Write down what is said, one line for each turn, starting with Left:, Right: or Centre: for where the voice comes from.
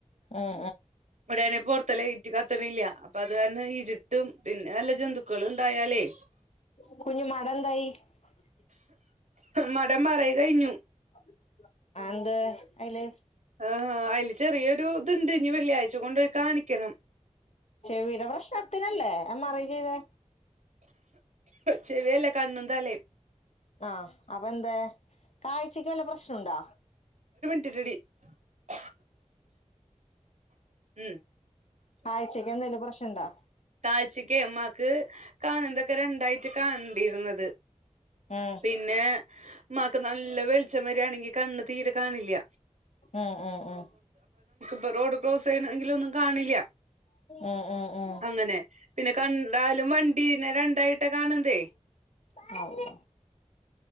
Left: ആം
Right: ഇവിടാണെ പൊറത്തെ ലൈറ്റ് കത്തനില്ല അത് കാരണം ഇരുട്ടും പിന്നെ നല്ല ജന്തുക്കളും ഇണ്ടായാലേ
Left: <unintelligible>
Right: മടം <unintelligible> കഴിഞ്ഞു
Left: <unintelligible> അയ്ല്
Right: ആഹ അതില് ചെറിയൊരു ഇതുണ്ട് ഇനി വെള്ളിയാഴ്ച കൊണ്ട് പോയി കാണിക്കണം
Left: ചെവിയുടെ പ്രശ്നത്തിനല്ലേ എം ആർ ഐ ചെയ്തേ
Right: ചെവിയല്ല കണ്ണും തലേം
Left: ആഹ അപ്പ എന്താ കാഴ്ചയ്ക്ക് വെല്ല പ്രശ്നുണ്ടോ
Right: <unintelligible> ഉം
Left: കാഴ്ചക്ക് എന്തെലും പ്രശ്നം ഇണ്ടോ
Right: കാഴ്ച്ചക്ക് ഉമ്മാക്ക് കാണതൊക്കെ രണ്ടായിട്ട് കാണണ്ടിരുന്നത്
Left: ഉം
Right: പിന്നെ ഉമ്മാക്ക് നല്ല വെളിച്ചം വരിയാണെങ്കി കണ്ണ് തീരെ കാണില്ല
Left: ആഹ ആഹ ആഹ
Right: ഇപ്പൊ റോഡ് ക്രോസ് ചെയ്യണെങ്കിലും ഒന്നും കാണില്ല
Left: ഉം ഉം ഉം ഉം
Right: <unintelligible> പിന്നെ കണ്ടാലും വണ്ടീനെ രണ്ടായിട്ടാ കാണണ്തേ
Left: ഉം